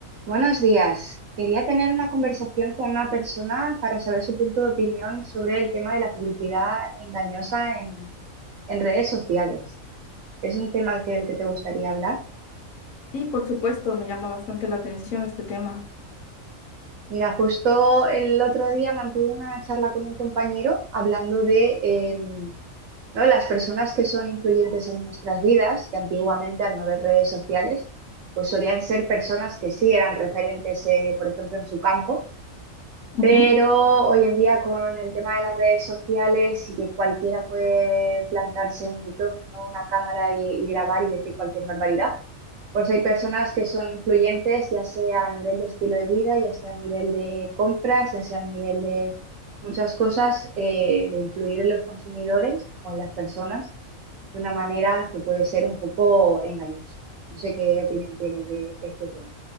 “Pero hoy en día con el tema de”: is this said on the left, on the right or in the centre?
Right